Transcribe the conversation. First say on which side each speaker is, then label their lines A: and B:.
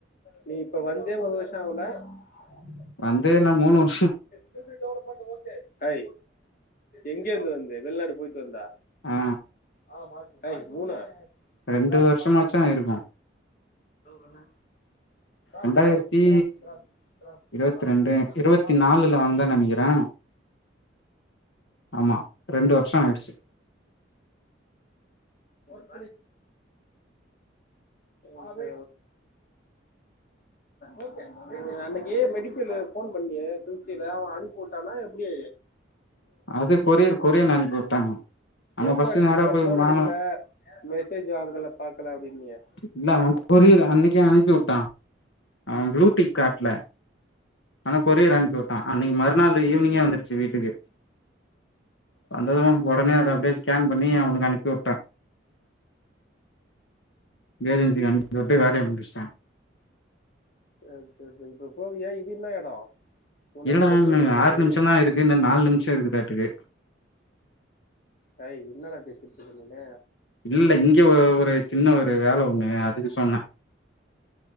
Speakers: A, on the left; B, on the left.
A: நீ இப்ப வந்தே போத <unintelligible>
B: வந்தே நா மூனு வருஷ்
A: துண்டு டெவலப்மெண்ட் ஒகே <unintelligible> ஹாய் எங்க இருந்து வந் வெளிநாடு போய்ட்டு வந்தா
B: ஆ
A: <unintelligible> வெல்கம்
B: ரெண்டு வருஷமாச்சு
A: மார்க்கெட்
B: இருக்கு
A: என்னெ கிராஸ்
B: ரெண்டாயிரத்தி
A: கிராஸ் கிராஸ் கிராஸ் கிராஸ்
B: இருவத்தி
A: கிராஸ்
B: ரெண்டு
A: <unintelligible>
B: இருவத்தி
A: மா
B: நாலுல வந்தேன் நெனைக்கிறே ஆமா ரெண்டு வருஷோ ஆயிடுச்சு
A: <unintelligible> ஒகே ஒகே அன்னைக்கு மெடிக்கலு போன் பண்ணியே திருச்சில அவெ அனுப்புட்டானா எப்புடி
B: அது கொரியர் கொரியர்னு அனுப்பி வுட்டாங்க நம்ம
A: எப்போ
B: ஃபஸ்ட்
A: அனுப்பிவிட்டா
B: நேற
A: அதான்
B: போயி
A: ஃபோன் எடுக்கல
B: வாங்கலா
A: மெசேஜ் வாங்கல பார்க்கல அப்படின்னியே
B: இல்ல அவன் கொரியர் அன்னைக்கு அனுப்பிவுட்டா அவன் ப்ளூ டிக் காட்லா ஆனா கொரியர் அனுப்பி வுட்டா அன்னைக்கு மறுநாள் ஈவினிங்கே வந்துருச்சு வீட்டுக்கு வந்தது ஒடனே அத அப்படியே ஸ்கேன் பண்ணி அவனுக்கு அனுப்பி வுட்ட ஏஜென்சிகு அனுப் இந்த வாட்டி வேலய முடிச்சிட்டே
A: சரி சரி சரி இப்ப போவியா இது என்ன இடம் முன்னாடி
B: இல்லன
A: பக்ரீன் போனேன்
B: ஆறு
A: இது
B: நிமிஷம் தா இருக்கு இன்ன நாலு நிமிஷோ இருக்கு தாட்டுக்கு
A: ஹய் என்னடா பேசிட்டுருக்கீங்க
B: இல்ல இங்க ஒரு சின்ன ஒரு வேல ஒண்ணு அதுக்கு சொன்னே